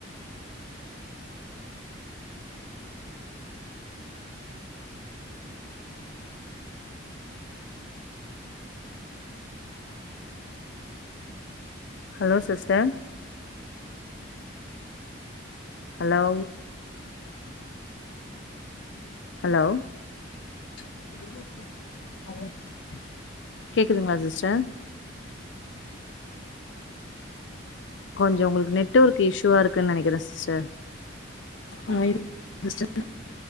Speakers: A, on the left; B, on the left.
A: hello sister hello hello
B: <unintelligible>
A: கேக்குதுங்களா சிஸ்டர் கொஞ்ச உங்களுக்கு நெட்ஒர்க் இஷுவா இருக்குன்னு நெனைக்றே சிஸ்டர்
B: ஆ இருக் சிஸ்டர்